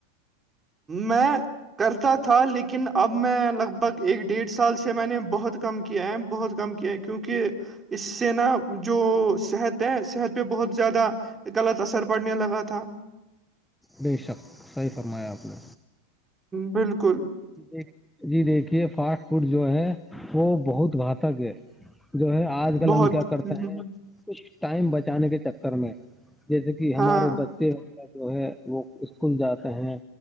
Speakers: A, on the right; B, in the centre.
A: میں کرتا تھا لیکن اب میں لگ بھگ ایک ڈیڑھ سال سے میں نے بہت کم کیا ہے بہت کم کیا کی کیونکہ اس سے نا جو صحت ہے صحت پہ بہت زیادہ غلط اثر پڑنے لگا تھا
B: بے شک صحیح فرمایا آپ نے
A: بالکل
B: ج دیک جی دیکھیے فاسٹ فوڈ جو ہے وہ بہت گھاتک ہے جو ہے آج کل
A: بہت
B: ہم کیا کرتے
A: ہ
B: ہیں
A: ہ
B: کچھ ٹائم بچانے کے چکر میں جیسے کہ ہمارے
A: ہاں،
B: ب ویرہ جو ہے وہ اسکول جاتے ہیں